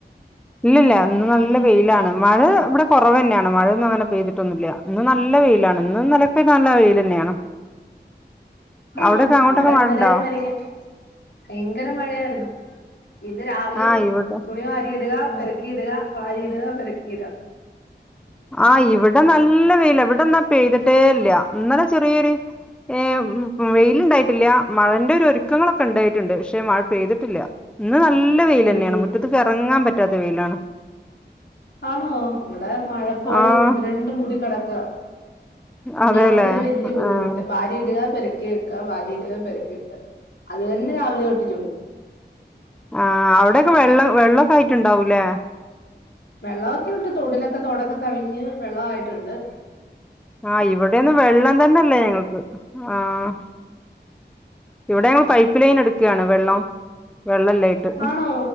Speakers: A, in the centre; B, on the left.
A: ഇല്ലല്ല ഇന്ന് നല്ല വെയിലാണ് മഴ ഇവിടെ കുറവ് തന്നെയാണ് മഴൊന്നും അങ്ങനെ പെയ്തിട്ടൊന്നും ഇല്ല ഇന്ന് നല്ല വെയിലാണ് ഇന്ന് ഇന്നല നല്ല വെയിൽ തന്നെയാണ്
B: ആഹ
A: അവിടൊക്കെ അങ്ങോട്ടൊക്കെ
B: ഇവിടെ
A: മഴ
B: ഇന്നലയും
A: ഉണ്ടോ
B: മിനിഞ്ഞാന്ന് ഭയങ്കര മഴയായിരുന്നു ഇന്ന് രാവിലെ
A: ആ ഇവിടെ
B: തുണി വാരിയിടുക
A: ആ
B: പറ ഇടുക വാരിയിടുക പെറക്കിടുക
A: ആഹ് ഇവിടെ നല്ല വെയില ഇവിടെന്നാ പെയ്തിട്ടേല്ല ഇന്നലെ ചെറിയൊരു ഏ ഉം വെയിലുണ്ടായിട്ടില്ല മഴന്റെ ഒരു ഒരുക്കങ്ങളൊക്കെ ഉണ്ടായിട്ടുണ്ട് പക്ഷെ മഴ പെയ്തിട്ടില്ല ഇന്ന് നല്ല വെയിൽ
B: ഉം
A: തന്നെയാണ് മുറ്റത്ത് ഇറങ്ങാൻ പറ്റാത്ത വെയിലാണ്
B: ആണോ ഇവിടെ മഴക്കോള്
A: ആഹ്
B: ഇരുണ്ടു മൂടി കിടക്കുക തുണി
A: അതെല്ലേ
B: ഉണക്കല് വലിയ ബുദ്ധിമുട്ട്
A: ആഹ്
B: വാരിയിടുക പറക്കി വെക്കുക വാരിയിടുക പറക്കി വെക്കുക അത് തന്നെ രാവിലെ തൊട്ട് ജോലി
A: ആ് അവിടെയൊക്കെ വെള്ളം വെള്ളമോക്കെ ആയിട്ടുണ്ടാവൂല്ലേ
B: വെള്ളമൊക്കെ ഉണ്ട് തൊടിലൊക്കെ തോടൊക്കെ കവിഞ്ഞ് വെള്ള ആയിട്ടുണ്ട്
A: ആഹ ഇവിടൊന്നും വെള്ളം തന്ന ഇല്ല ഞങ്ങക്ക് ആഹ് ഇവിടെ ഞങ്ങള് പൈപ്പ് ലൈൻ എടുക്കുകയാണ് വെള്ളം വെള്ളല്ലായിട്ട്
B: ആണോ